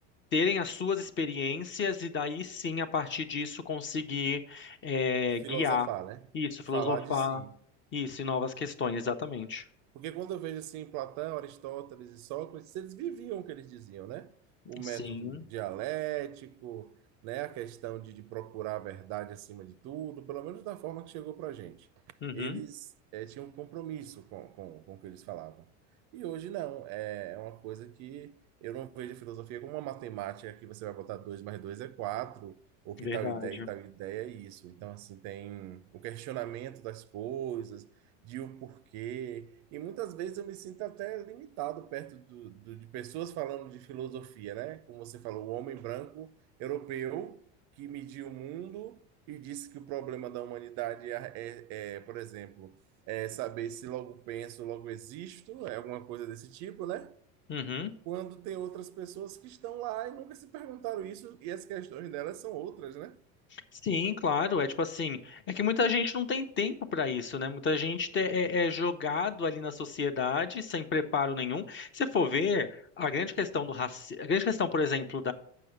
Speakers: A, on the left; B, on the right.
A: terem as suas experiências e daí sim, a partir disso, conseguir, é,
B: filosofar,
A: guiar
B: né?
A: isso,
B: Falar
A: filosofar
B: de si.
A: isso e novas questões, exatamente.
B: Porque quando eu vejo assim Platão, Aristóteles e Sócrates, eles viviam o que eles diziam, né? O método
A: Sim,
B: dialético, né? A questão de, de procurar a verdade acima de tudo, pelo menos da forma que chegou para a gente.
A: uhum,
B: Eles eh, tinham um compromisso com, com, com o que eles falavam. E hoje não, é é uma coisa que eu não vejo a filosofia como uma matemática que você vai botar 2 mais 2 é 4 ou que
A: verdade.
B: tal ideia e tal ideia é isso. Então, assim, tem o questionamento das coisas, de o porquê. E muitas vezes eu me sinto até limitado perto do, do- de pessoas falando de filosofia, né? Como você falou, o homem branco europeu que mediu o mundo e disse que o problema da humanidade é, é- é, por exemplo, é saber se logo penso, logo existo, é alguma coisa desse tipo, né?
A: Uhum.
B: Quando tem outras pessoas que estão lá e nunca se perguntaram isso, e as questões delas são outras, né?
A: Sim, claro, é tipo assim, é que muita gente não tem tempo para isso, né? Muita gente te- é, é jogado ali na sociedade sem preparo nenhum. Se for ver, a grande questão do racismo, a grande questão, por exemplo,